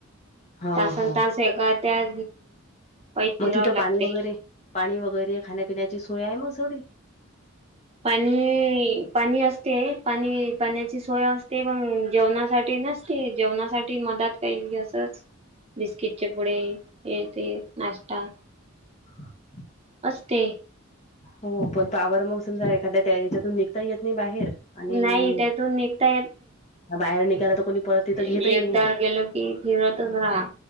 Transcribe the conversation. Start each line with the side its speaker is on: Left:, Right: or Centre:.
Left: हा
Right: तासनतास
Left: हा
Right: एका त्या पायी फिरावं
Left: मग तिथं
Right: लागते
Left: पाणी वगैरे पाणी वगैरे खाण्यापिण्याची सोय आहे मग सगळी?
Right: पाणी पाणी असते पाणी पाण्याची सोय असते पण जेवणासाठी नस ते जेवणासाठी मदत काही असच बिस्किटचे पुडे हे ते नाष्टा!
Left: <inaudible>
Right: असते.
Left: हो पण पावर मग समजा एखाद्या त्या हच्यातून निघता येत नाही बाहेर आणि
Right: नाही त्यातून निघता
Left: बाहेर निघाला तर कोणी परत तिथं घेतही
Right: एकट्यावर
Left: नाही मग
Right: गेलो की फिरतच राहा